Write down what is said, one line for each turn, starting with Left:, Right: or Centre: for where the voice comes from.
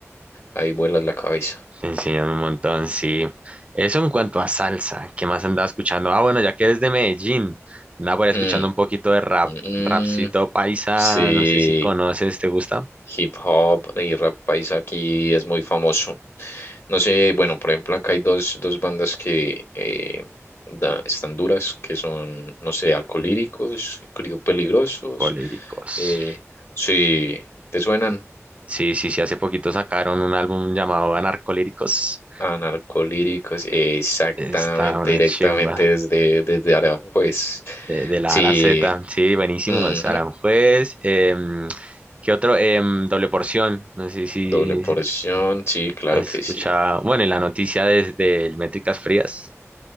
Left: ahí vuelas la cabeza.
Right: Te enseñan un montón, sí. Eso en cuanto a salsa, ¿qué más andaba escuchando? Ah, bueno, ya que es de Medellín, andaba por ahí escuchando
Left: Mm.
Right: un poquito de rap,
Left: Mm,
Right: rapcito paisa,
Left: sí,
Right: no sé si conoces, ¿te gusta?
Left: hip hop y rap paisa aquí es muy famoso. No sé, bueno, por ejemplo, acá hay dos, dos bandas que eh, da- están duras, que son, no sé, Alcolíricos, Crío Peligrosos.
Right: Coléricos.
Left: eh, sí, ¿te suenan?
Right: Sí, sí, sí, hace poquito sacaron un álbum llamado Anarcolíricos.
Left: Anarcolíricos, eh, exactamente,
Right: Está una
Left: directamente
Right: chimba,
Left: desde, desde Aranjuez.
Right: de, de la
Left: Sí,
Right: A a la Z, sí, buenísimo,
Left: ujú,
Right: es Aranjuez. em, ¿qué otro? Em, Doble Porción, no sé si
Left: Doble porción, sí, claro
Right: has
Left: que
Right: escuchado,
Left: sí.
Right: bueno, y la noticia desde el Métricas Frías.